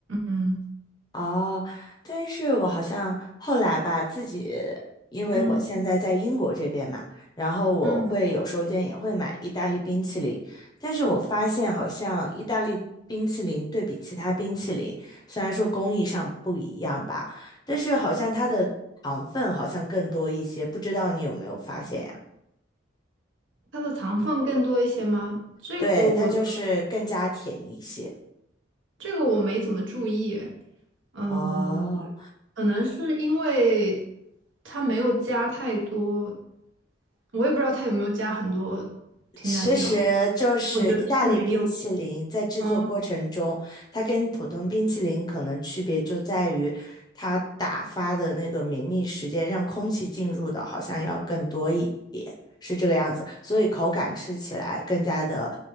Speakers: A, on the right; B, on the left.
A: 嗯
B: 哦，但是我好像后来吧，自己因为我现在在英国这边嘛，
A: 嗯
B: 然后我会有时候间也会买意大利冰淇淋，
A: 嗯。
B: 但是我发现好像意大利冰淇淋对比其他冰淇淋，虽然说工艺上不一样吧，但是好像它的糖分好像更多一些，不知道你有没有发现呀？
A: 它的糖分更多一些吗？这个我
B: 对，它就是更加甜一些。
A: 这个我没怎么注意诶呃，
B: 哦，
A: 可能是因为它没有加太多，我也不知道它有没有加很多添加剂哦，
B: 其实就是意大利冰淇淋在制作过程中，
A: 我觉得是没有，嗯。
B: 它跟普通冰淇淋可能区别就在于，它打发的那个绵密时间，让空气进入的好像要更多一点，是这个样子，所以口感吃起来更加的